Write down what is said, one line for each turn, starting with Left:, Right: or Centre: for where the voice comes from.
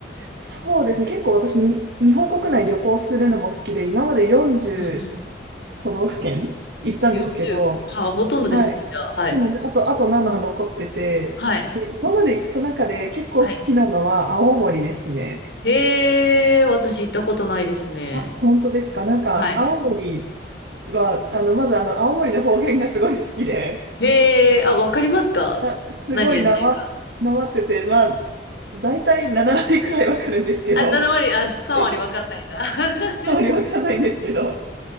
Right: そうですね。結構私に、日本国内旅行するのも好きで、今まで40
Left: うんうん。
Right: 都道府県行ったんですけど、
Left: 40。はあほとんどですね、
Right: はい。
Left: じゃあ。はい。
Right: そうなんです。あと、あと7残ってて、
Left: はい。
Right: で、今まで行った中で結構好きなのは青森ですね。
Left: はい。へえ、私行ったことないですね。
Right: あ、本当ですか。なんか、
Left: はい。
Right: 青森は、あの、まずあの、青森の方言がすごい好きで、
Left: へえ、あ、わかりますか何言ってるか。
Right: あすごいなま、なまってて、まあ、大体7割くらいわかるんですけど、
Left: あ、7割、あ、
Right: <laughs>
Left: 3割わかんないんだ。<laughs>
Right: あまりわかんないんですけど、